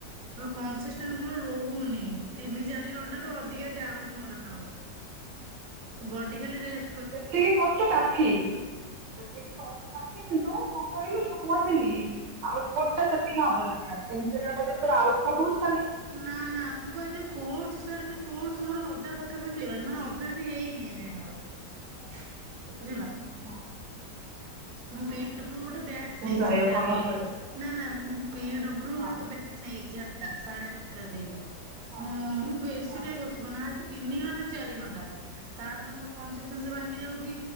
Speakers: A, on the right (about 60°); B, on the right (about 80°).
A: କସିଷ୍ଟାଟ ମୋର ରହୁନି। ତିନି ଚାରି ଘଣ୍ଟା ରୁ ଅଧିକା ଯାଉନି ମୋର ଆଉ। ବଡି ଖାଲି ରେଷ୍
B: ସେତିକି କରୁଛୁ କାଫି ସେତିକି କରୁଛୁ କାଫି କିନ୍ତୁ କଣ କ କଣ କହିଲୁ ଯୋଉ କୁହନ୍ତିନି ଆଉଟପୁଟ ଟା ସେଟିିଙ୍ଗ ହେବା ଦରକାର। ସମିତିରେ ଯଦି ତୋର ଆଉଟପୁଟ ହୋଉଚି।
A: ନା ନା ମୁଁ ପା ଏଜାଏଁ କୋଡସ ସାରନି। କୋରସ ମୋର ଅଧା ପାଖାପାଖି ହେଇଗଲାଣି। ମାନେ ଅଧା ବି ହେଇନି ଏଯାଁଏ ମୋର ବୁଝିହେଲା।
B: ହଁ।
A: ମୁଁ ପିଡବ୍ଲୁ ଗୋଟେ ବ୍ୟାଚ ନେଇଚି
B: କରିବାକୁ
A: ହେଲା।
B: କଭର କରିବାକୁ।
A: ନା ନା ମୁଁ ପି ଡ ବ୍ଲୁ
B: ହଁ
A: ଗୋଟେ ବ୳୲ଚ ନେଇଚି ହେଲ ସାଢେ ଚାରିହଜାର ଦେଇକି
B: ହଁ
A: ମୁଁ ବେଶୀ
B: ହଁ
A: ଟାଇମ ବସିପାରୁନି। ହାଷଟ ତିନି ଘଟା ଚାରି ଘଣ୍ଟା ତାପରେ ମୋର କନସିନ୍ସି ଭାଙ୍ଗି ଯାଉଚି।